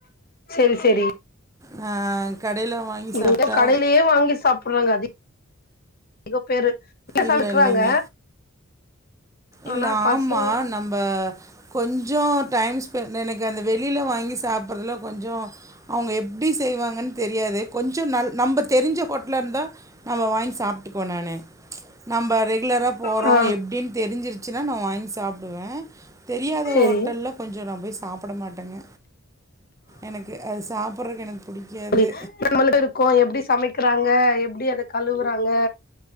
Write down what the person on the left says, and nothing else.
செரி செரி
எங்க
கடையிலயே வாங்கி சாப்படுறாங்க அதிக இவ பேரு வீட்ல
சமைக்கிறாங்க
ஆனா
பசங்க
ஆ
செரி
தோழி நம்மளிட்ட இருக்கோ எப்டி சமைக்குறாங்க எப்டி அத கழுவுறாங்க